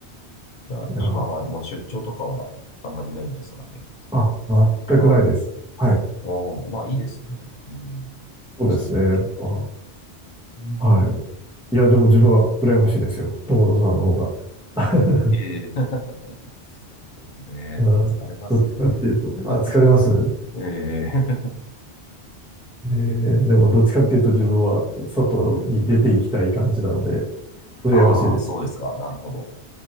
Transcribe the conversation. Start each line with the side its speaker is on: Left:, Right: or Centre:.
Left: じゃあ、
Centre: いや、
Left: 今はもう出張とかはあんまりないんですかね。
Centre: あ、全くないです。
Left: はい。
Centre: はい。
Left: ああ、まあいいですね。うん。落ち着いて。
Centre: そうですね。あ、
Left: うん。
Centre: はい。いや、でも自分は羨ましいですよ。友野さんの方が。<laughs>
Left: ええ <laughs> でもね、
Centre: いや、
Left: 疲れますね。
Centre: どっちかっていうと、
Left: <laughs>
Centre: あ、疲れます
Left: ええ
Centre: えー、でもどっちかっていうと自分は外に出ていきたい感じなので、
Left: うん。
Centre: 羨ましいです。
Left: ああ、そうですか。なるほど。